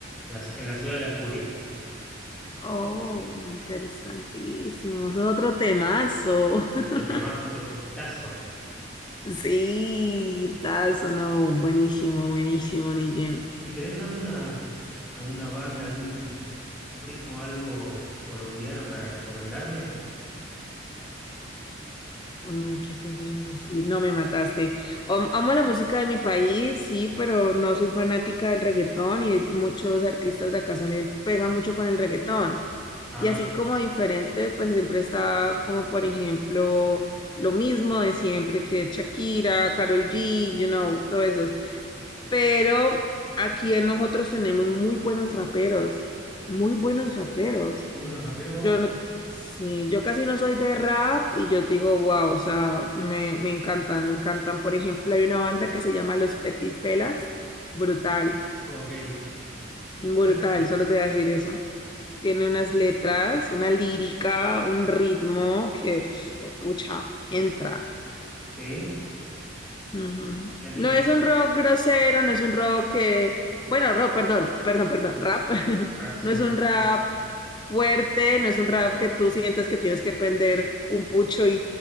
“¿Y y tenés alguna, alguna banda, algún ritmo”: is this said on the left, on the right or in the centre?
Centre